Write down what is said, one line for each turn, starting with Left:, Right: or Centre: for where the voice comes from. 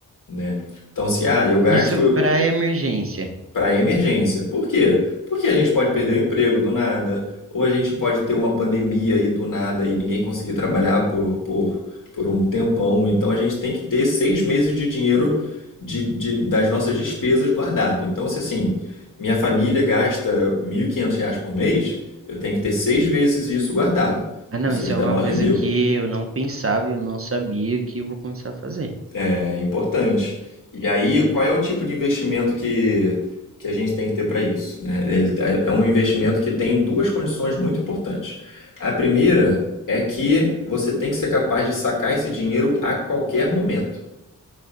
Left: né? Então, se ah, eu gasto
Right: Isso para emergência.
Left: para emergência. Por quê? Porque a gente pode perder o emprego do nada, ou a gente pode ter uma pandemia aí do nada e ninguém conseguir trabalhar por, por, por um tempão. Então a gente tem que ter seis meses de dinheiro de, de- das nossas despesas guardado. Então, se assim, minha família gasta 1.500 reais por mês, eu tenho que ter seis vezes isso guardado,
Right: Ah, não,
Left: ou seja,
Right: isso é
Left: dá
Right: uma
Left: nove
Right: coisa
Left: mil.
Right: que eu não pensava e eu não sabia que eu vou começar a fazer.
Left: É importante. E aí, qual é o tipo de investimento que, que a gente tem que ter para isso? né? Ele é é um investimento que tem duas condições muito importantes. A primeira é que você tem que ser capaz de sacar esse dinheiro a qualquer momento,